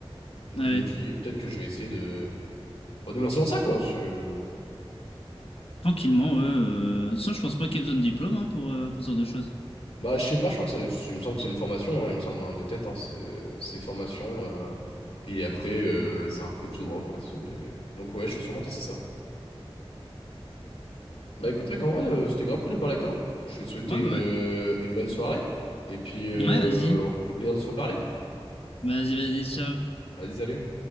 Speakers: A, on the left; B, on the left.
A: Donc
B: ouais,
A: je me dis, peut-être que je vais essayer de, bah, de me lancer dans ça, quoi. Je...
B: tranquillement, ouais. euh, De toute façon, je pense pas qu'il y ait besoin de diplôme hein, pour, euh, pour ce genre de choses.
A: Bah, je sais pas, je crois que ça, doit être- il me semble que c'est une formation, hein, il me semble, hein, de tête, hein, c'est c'est formation, euh, et après, euh, c'est un peu tout droit, quoi. c'est- Donc, ouais, je vais sûrement tester ça. Bah, écoute, mec, en vrai, euh, c'était grave cool de parler avec toi. Je vais te souhaiter
B: Ouais,
A: une,
B: bah ouais.
A: euh, une bonne soirée, et puis, euh,
B: Ouais, vas-y.
A: au plaisir de se reparler.
B: Vas-y, vas-y, ciao.
A: Vas-y, salut.